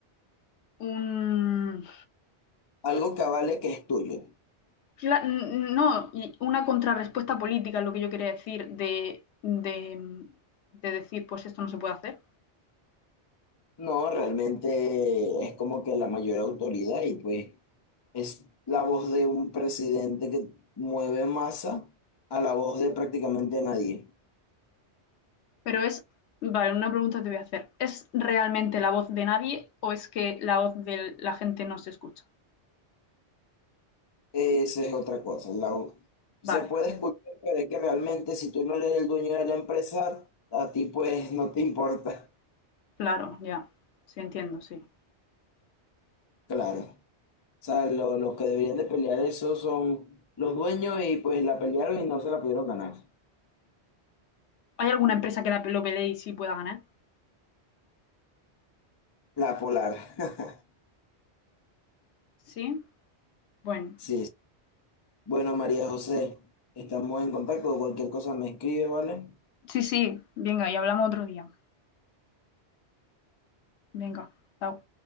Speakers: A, on the left; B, on the left.
A: un,
B: algo que avale que es tuyo.
A: la- n- no, y una contrarrespuesta política es lo que yo quería decir de, de, de decir, pues esto no se puede hacer.
B: No, realmente es como que la mayor autoridad y pues... Es la voz de un presidente que mueve masa a la voz de prácticamente nadie.
A: Pero es, vale, una pregunta te voy a hacer. ¿Es realmente la voz de nadie o es que la voz de la gente no se escucha?
B: Esa es otra cosa. La,
A: Vale.
B: se puede escuchar, pero es que realmente si tú no eres el dueño de la empresa, a ti pues no te importa.
A: Claro, ya. Sí, entiendo, sí.
B: Claro. O sea, lo- los que deberían de pelear eso son los dueños y pues la pelearon y no se la pudieron ganar.
A: ¿Hay alguna empresa que la, lo pelee y sí pueda ganar?
B: La polar. <laughs>
A: Sí. Bueno,
B: Sí. Bueno, María José, estamos en contacto. Cualquier cosa me escribe, ¿vale?
A: sí, sí. Venga, y hablamos otro día. Venga. chao.